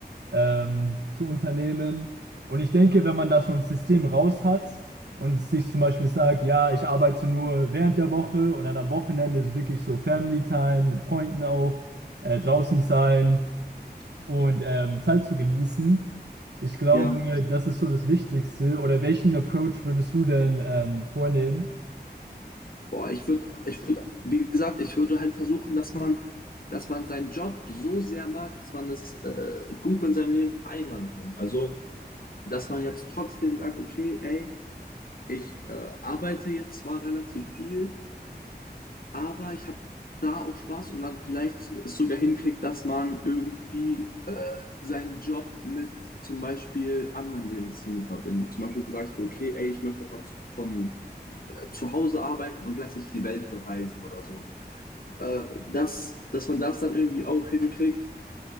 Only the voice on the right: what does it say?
ähm, zu unternehmen. Und ich denke, wenn man da so ein System raus hat und sich zum Beispiel sagt, ja, ich arbeite nur während der Woche und dann am Wochenende ist wirklich so Family Time mit Freunden auch, äh, draußen sein und ähm, Zeit zu genießen. Ich glaube,
das ist so das Wichtigste. Oder welchen Approach würdest du denn ähm, vornehmen?